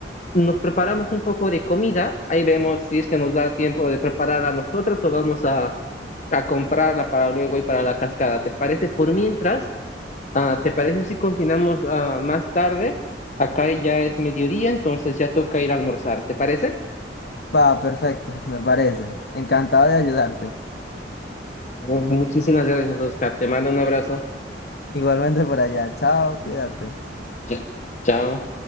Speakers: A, on the left; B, on the left.
A: nos preparamos un poco de comida. Ahí vemos si es que nos da tiempo de prepararla nosotros o vamos a, a comprarla para luego ir para la cascada. ¿Te parece? Por mientras, ah, ¿te parece si continuamos ah, más tarde? Acá ya es mediodía, entonces ya toca ir a almorzar. ¿Te parece?
B: Va, perfecto, <laughs> me parece. Encantado de ayudarte.
A: Muchísimas gracias, Oscar. Te mando un abrazo.
B: Igualmente por allá. Chao, cuídate.
A: Cha- Chao.